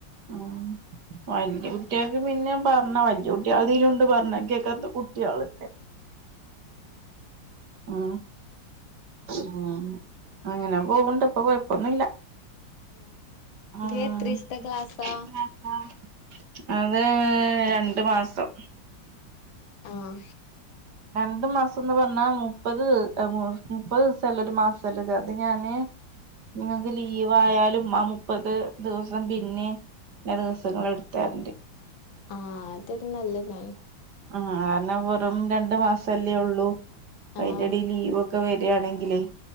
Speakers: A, on the right (about 60°); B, on the left (about 85°).
A: ഉ വല്യകുട്യക്ക് പിന്നെ പറഞ്ഞാവല്യ കുട്ടയാൾ പിന്നെ... ഇതിലുണ്ട് പറഞ്ഞ കേക്കാത്ത കുട്ട്യാള്.
B: ആഹ്
A: ഉ ഉ അങ്ങനെ പോവ്ണ്ട് ഇപ്പൊ കൊയപ്പൊന്നൂല്ല
B: ഉം
A: ആ
B: ഇത് എത്രീസത്തെ
A: ഹ്
B: ക്ലാസാ
A: പിന്നെന്താ... അതെരണ്ടു മാസം.
B: ആഹ
A: രണ്ടു മാസംന്ന് പറഞ്ഞാ മു... മുപ്പത് മുപ്പത് ദിവസല്ല ഒരു മാല്ലേ അപ്പോ ഞാന്. നിങ്ങക്ക് ലീവായാലും ആ മുപ്പത് ദിവസം പിന്നെ.. വെറെദിവസങ്ങള് ഇടുത്തരണ്ട്.
B: ആഹ അതൊരു നല്ലതാണ്.
A: ആ കാരണം വെറും രണ്ടു മാസംല്ലേ ഒള്ളൂ
B: ആഹ്
A: അയിന്റെടീല്ലീലീവ് ഒ... ഒക്കെ വരിയാണെങ്കിലെ...